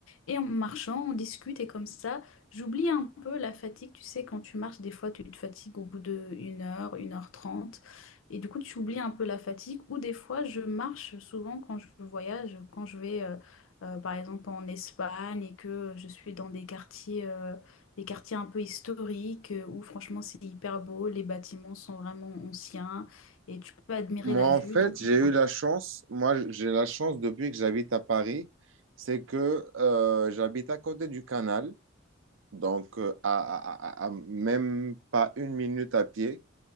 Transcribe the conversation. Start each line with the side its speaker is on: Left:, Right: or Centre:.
Left: Et en marchant, on discute et comme ça, j'oublie un peu la fatigue. Tu sais, quand tu marches, des fois, tu te fatigues au bout de une heure, une heure trente, Et du coup, tu oublies un peu la fatigue. Ou des fois, je marche souvent quand je voyage, quand je vais, euh, euh, par exemple, en Espagne et que je suis dans des quartiers, euh, des quartiers un peu historiques euh, où franchement, c'est hyper beau. Les bâtiments sont vraiment anciens et tu peux admirer
Right: Moi,
Left: la
Right: en
Left: vue.
Right: fait,
Left: Donc, je
Right: j'ai
Left: marche.
Right: eu la chance, moi, j'ai la chance depuis que j'habite à Paris, c'est que euh, j'habite à côté du canal, donc euh, à, à- à- à même pas une minute à pied.